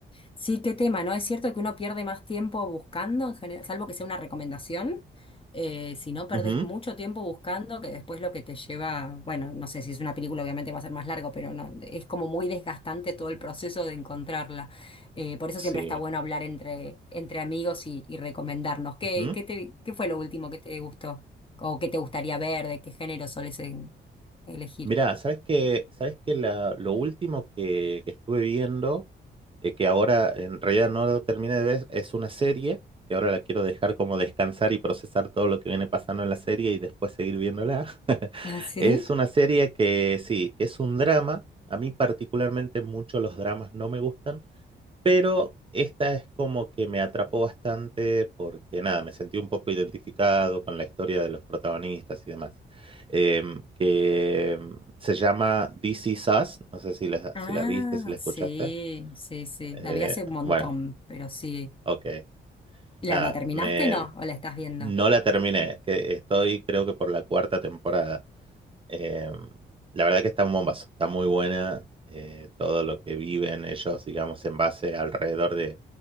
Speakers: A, on the left; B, on the right.
A: Sí, qué tema, ¿no? Es cierto que uno pierde más tiempo buscando, en general, salvo que sea una recomendación. eh, si no, perdés
B: Ujú.
A: mucho tiempo buscando, que después lo que te lleva, bueno, no sé si es una película, obviamente va a ser más largo, pero no, es como muy desgastante todo el proceso de encontrarla. Eh, por eso
B: Sí.
A: siempre está bueno hablar entre, entre amigos y, y recomendarnos. ¿Qué,
B: sí.
A: qué te- qué fue lo último que te gustó? ¿O qué te gustaría ver? ¿De qué género soles en- elegir?
B: Mirá, sabes que, sabes que la- lo último que, que estuve viendo, eh, que ahora en realidad no lo terminé de ver, es una serie, que ahora la quiero dejar como descansar y procesar todo lo que viene pasando en la serie y después seguir viéndola. <laughs>
A: ¿Ah, sí?
B: Es una serie que sí, que es un drama. A mí particularmente mucho los dramas no me gustan, pero esta es como que me atrapó bastante porque nada, me sentí un poco identificado con la historia de los protagonistas y demás. Em, que em, se llama This Is Us, no sé si la,
A: Ah,
B: si la viste, si la
A: sí,
B: escuchaste.
A: sí, sí.
B: Eh,
A: La vi hace un montón,
B: bueno,
A: pero sí.
B: ok,
A: ¿La,
B: nada,
A: la terminaste,
B: me,
A: no? ¿O la estás viendo?
B: no la terminé, que estoy creo que por la cuarta temporada. Eh, la verdad que está un bombazo, está muy buena eh, todo lo que viven ellos, digamos, en base alrededor de,